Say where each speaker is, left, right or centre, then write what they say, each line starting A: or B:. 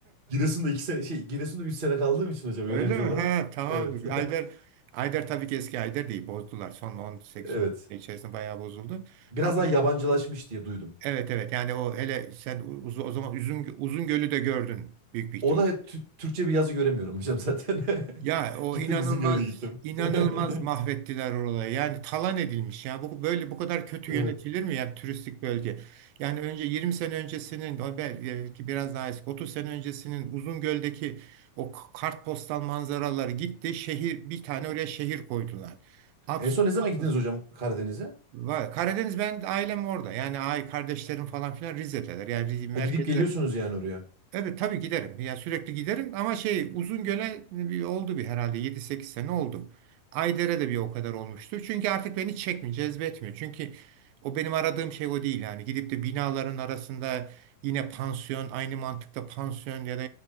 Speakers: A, on the right; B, on the right.
A: Giresun'da iki sene şey Giresun'da üç sene kaldığım için hocam
B: Öyle
A: öğrenci olarak.
B: mi? Ha tamamdır.
A: Evet.
B: Ayder
A: <laughs>
B: Ayder tabii ki eski Ayder değil. Bozdular. Son 18-10
A: Evet.
B: sene içerisinde bayağı bozuldu.
A: biraz
B: Ama
A: daha yabancılaşmış diye duydum.
B: evet evet yani o hele sen uz- o zaman Uzun, Uzungöl'ü de gördün büyük bir ihtimal.
A: Orada hep Tü- Türkçe bir yazı göremiyorum hocam zaten. <laughs>
B: Ya o
A: Gittim
B: inanılmaz
A: Uzungöl'e de gittim.
B: inanılmaz
A: <laughs>
B: mahvettiler orayı. Yani talan edilmiş. Yani bu böyle bu kadar kötü
A: Evet.
B: yönetilir mi ya bir turistik bölge? Yani önce 20 sene öncesinin o belki biraz daha eski 30 sene öncesinin Uzungöl'deki o k- kartpostal manzaraları gitti. Şehir bir tane oraya şehir koydular. Absürt.
A: En son ne zaman
B: absürt.
A: gittiniz hocam Karadeniz'e?
B: Var. Karadeniz ben ailem orada. Yani ay kardeşlerim falan filan Rize'deler. Yani Rize- merkezde
A: Ha, gidip geliyorsunuz yani oraya.
B: Evet tabii giderim. Yani sürekli giderim ama şey Uzungöl'e bir oldu bir herhalde yedi sekiz sene oldu. Ayder'e de bir o kadar olmuştur. Çünkü artık beni çekmiyor, cezbetmiyor. Çünkü o benim aradığım şey o değil yani. Gidip de binaların arasında yine pansiyon, aynı mantıkta pansiyon ya da